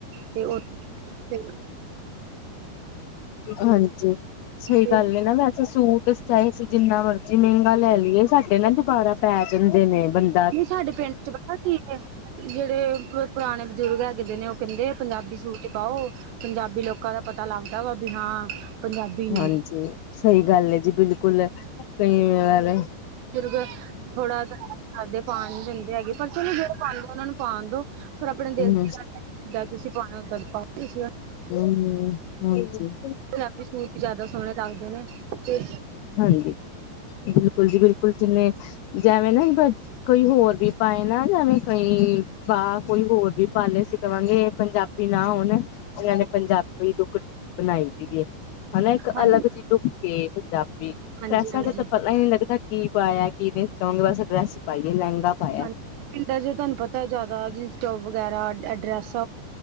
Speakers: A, on the right; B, on the left.
A: ਤੇ ਉਹ ਫ
B: ਹਾਂਜੀ ਸਹੀ
A: ਤੇ
B: ਗੱਲ
A: ਨਹੀਂ
B: ਨ ਨਾ ਵੈਸੇ ਸੂਟ ਚਾਹੇ ਅਸੀਂ ਜਿੰਨਾ ਮਰਜ਼ੀ ਮਹਿੰਗਾ ਲੈ ਲਈਏ ਸਾਡੇ ਨਾ ਦੁਬਾਰਾ ਪੈ ਜਾਂਦੇ ਨੇ ਬੰਦੇ
A: ਦੀ ਸਾਡੇ ਪਿੰਡ ਚ ਪਤਾ ਕੀ ਜਿਹੜੇ ਪੁਰਾਣੇ ਬਜ਼ੁਰਗ ਹੈਗੇ ਨੇ ਉਹ ਕਹਿੰਦੇ ਪੰਜਾਬੀ ਸੂਟ ਪਾਓ ਪੰਜਾਬੀ ਲੋਕਾਂ ਦਾ ਪਤਾ ਲੱਗਦਾ ਵਾ ਬਿ ਹਾਂ ਪੰਜਾਬੀ
B: ਹਾਂਜੀ
A: ਨੂੰ
B: ਸਹੀ ਗੱਲ ਹੈ ਜੀ ਬਿਲਕੁਲ ਕਈ ਵਾਰ
A: ਦੁਰਗ ਥੋੜਾ ਕਰਦੇ ਪਾ ਨੀ ਦਿੰਦੇ ਹੈਗੇ ਪਰ ਚਲੋ ਜੋ ਪਾਉਂਦੇ ਉਹਨਾਂ ਨੂੰ ਪਾਉਣ ਦੋ ਪਰ ਆਪਣੇ
B: ਹਮ
A: ਦਿਲ ਦੀ ਗੱਲਦਾਂ ਤੁਸੀਂ ਪਾਣੀ ਉੱਦਾਂ ਦੀ ਪਾਉਂਦੇ ਸੀ
B: ਹਮਮ ਹਾਂਜੀ
A: ਪੰਜਾਬੀ ਸੂਟ ਜ਼ਿਆਦਾ ਸੋਹਣੇ ਲੱਗਦੇ ਨੇ ਤੇ
B: ਹਾਂਜੀ ਬਿਲਕੁਲ ਜੀ ਬਿਲਕੁਲ ਜਿੰਨੇ ਜਵੇਂ ਨਾ ਕਈ ਹੋਰ ਵੀ ਪਾਏ ਨਾ ਜਵੇਂ ਕਈ ਪਾ ਕੋਈ ਹੋਰ ਵੀ ਪਾ ਲਏ ਕਵਾਂਗੇ ਇਹ ਪੰਜਾਬੀ ਨਾ ਹੋਣ ਇਹਨਾਂ ਨੇ ਪੰਜਾਬੀ ਲੁਕੜ ਬਣਾਈ ਦੀ ਹੈ ਹਨਾ ਇੱਕ
A: ਹਾਂ
B: ਅਲੱਗ ਜਿਹੀ ਲੁਕ ਕੇ ਪੰਜਾਬੀ
A: ਹਾਂਜੀ
B: ਫੈਸਾ
A: ਹਾਂਜੀ
B: ਚ ਤਾਂ ਪਤਾ ਹੀ ਨ ਨਹੀਂ ਲੱਗਦਾ ਕੀ ਪਾਇਆ ਕੀ ਨਹੀਂਂਗੇ ਵੈਸੇ ਡਰੈਸ ਪਾਈਏ ਲਹਿੰਗਾ ਪਾਇਆ।
A: ਹਾਂਜੀ ਪਿੰਡਾਂ ਚ ਤੁਹਾਨੂੰ ਪਤਾ ਜ਼ਿਆਦਾ ਜਿਨਸਟੋਪ ਵਗੈਰਾ ਐਡਰੈਸ